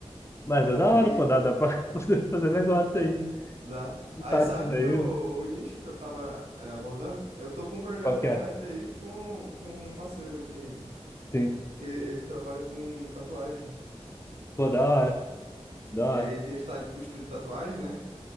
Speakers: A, on the left (about 25°); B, on the right (about 65°).
A: Mas
B: Aí
A: é da hora, pô, dá, dá pra <laughs> você fazer negócio aí.
B: dá.
A: Insights
B: Aí sabe
A: aí,
B: meu, o nicho que eu tava é, abordando? Eu tô com um projeto
A: qual que
B: em aberto
A: é?
B: aí com, com um parceiro de.
A: Sim.
B: Que ele, ele trabalha com tatuagem.
A: Pô, da hora, da hora.
B: E aí ele tem esta- o estúdio de tatuagem, né?